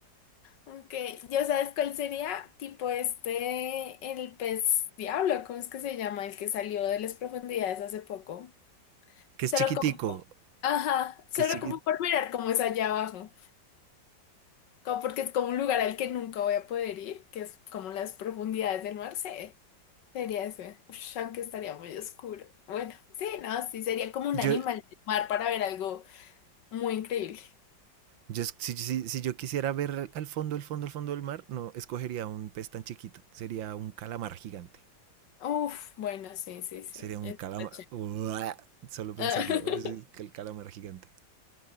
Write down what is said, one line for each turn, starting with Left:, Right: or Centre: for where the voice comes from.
Left: Ok, ¿ya sabes cuál sería? Tipo este, el pez diablo, ¿cómo es que se llama? El que salió de las profundidades hace poco.
Right: Que es
Left: Solo
Right: chiquitico,
Left: como, ajá, solo
Right: que es chiquit...
Left: como por mirar cómo es allá abajo. Como porque es como un lugar al que nunca voy a poder ir, que es como las profundidades del mar, sí. Sería ese. Ush, aunque estaría muy oscuro. Bueno, sí, no, sí, sería como un
Right: Yo,
Left: animal del mar para ver algo muy increíble.
Right: yo, es- si, si- si yo quisiera ver al- al fondo, el fondo, el fondo del mar, no escogería un pez tan chiquito. Sería un calamar gigante.
Left: Uf, bueno, sí, sí, sí.
Right: Sería un
Left: Está
Right: calamar. Uah, solo pensarlo,
Left: chévere.
Right: es es
Left: <laughs>
Right: que el calamar gigante.